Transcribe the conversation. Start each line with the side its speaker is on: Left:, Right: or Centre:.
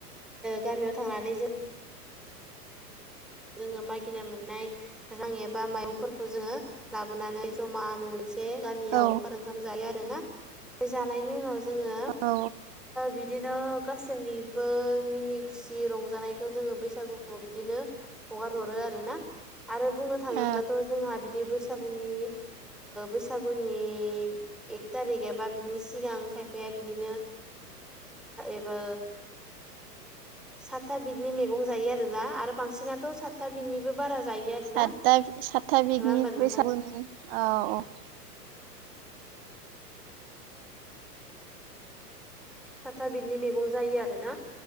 Centre: गामियाव थांनानै जों जोङो मागिना मोननाय रां एबा माइंफोरखौ जोङो लाबोनानै जमा होनो मोनसे गामियाव
Right: औ
Centre: लावखार ओंखाम जायो आरो ना बे जानायनि उनाव जोङो
Right: औ
Centre: बिदिनो गासैबो मिनि सि रंजानायखौ जोङो बैसागुखौ बिदिनो हगार हरो आरो ना आरो बुंनो थाङोब्लाथ'
Right: औ
Centre: जोंहा बिदि बैसागुनि बैसागुनि एक थारिक एबा बिदिनि सिगां खायफाया बिदिनो एबा सातथा बिदनि मैगं जायो आरो ना आरो। बांसिनाथ' सातथा बिनिबो बारा जायो आरोना
Right: सातथा
Centre: नङा
Right: सातथा बिगनि
Centre: होमबा
Right: बैसागुनि
Centre: नोंथां।
Right: औ औ।
Centre: साथा बिदनि मैगं जायो आरो ना।